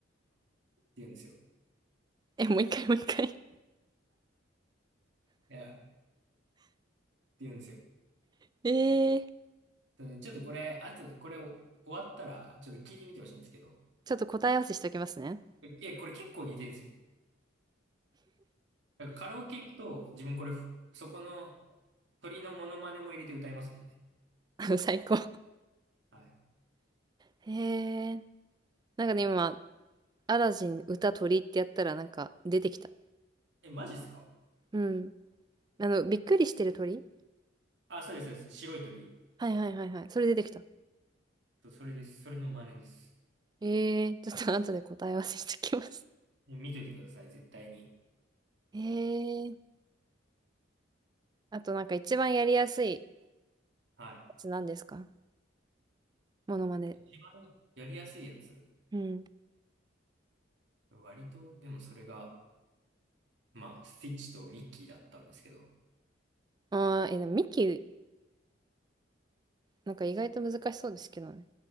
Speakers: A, on the right; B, on the right.
A: 言うんですよ。
B: え、もう一回、もう一回。
A: いや、って言うんですよ。
B: <laughs> えー、
A: うんちょっとこれ、あと、これ終わったら、ちょっと聞いてみてほしいんですけど、
B: ちょっと答え合わせしておきますね。
A: いや、これ結構似てるんですよ。なんかカラオケ行くと、自分これ、そこの鳥のモノマネも入れて歌いますもんね。
B: <laughs> 最高。
A: はい。
B: へー。なんかね、今、アラジン歌鳥ってやったらなんか出てきた。
A: え、マジっすか
B: うん。あの、びっくりしてる鳥
A: あ、そうです、そうです。白い鳥。
B: はいはいはいはい。それ出てきた。
A: そうそれです。それの真似です。
B: えー、ちょっと後で答え合わせしてきます。
A: え、見といてください、絶対に。
B: えー。あとなんか一番やりやすい
A: はい。
B: やつなんですかモノマネ。
A: 一番やりやすいやつ。
B: うん。
A: 割と、でもそれが、まあ、スティッチとミッキーだったんですけど。
B: あー、え、でもミキ、なんか意外と難しそうですけどね。